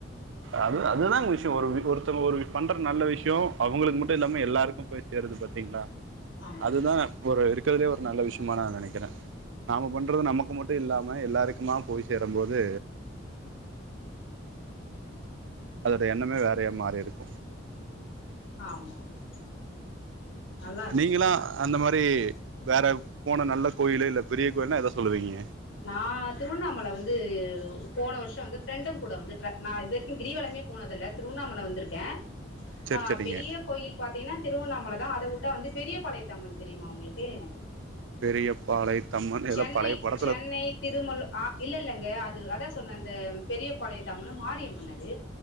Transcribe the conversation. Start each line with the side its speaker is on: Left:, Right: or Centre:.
Right: அது அதுதாங் விஷ்யோ ஒருவி ஒருத்தங்க ஒருவி பண்ற நல்ல விஷ்யோ அவுங்களுக்கு மட்டு இல்லாம எல்லாருக்கு போய் தேருது பாத்தீங்ளா
Left: ஆமா
Right: அதுதா ஒரு இருக்கற்துலே ஒரு நல்ல விஷிமா நா நனக்கிற நாம பண்றது
Left: ம்
Right: நமக்கு மட்டு இல்லாம எல்லாருக்குமா போய் சேரம்போது அதோட எண்ணமே வேறைய மாறிருக்கு
Left: ஆமா ஆமா நல்லாருக்கு
Right: நீங்குளா அந்த மாரி வேறு போன நல்ல கோயில இல்ல பெரிய கோயில்னா எத சொல்லுவீங்க
Left: நா திருவண்ணாமல வந்து போன வர்ஷ வந்து ஃப்ரெண்டுங் கூட வந்து ட்ர நா இது வரிக்கு கிரிவலமே போனதுல்ல திருவண்ணாமல வந்திருக்க
Right: சரி
Left: ஆ
Right: சரிங்க
Left: பெரிய கோயில் பாத்தீங்ன்னா திருவண்ணாமல தா அத உட்டா வந்து பெரிய பாளயத்தம்மன் தெரியுமா உங்ளுக்கு
Right: பெரிய பாலை தம்மன் இல்ல
Left: சென்னை
Right: பழைய பட
Left: சென்னை திருமள்ளு அ இல்லல்லங்க அது அதா சொன்ன இந்த பெரியப்பாளயத்தம்மன் மாரியம்மன் அது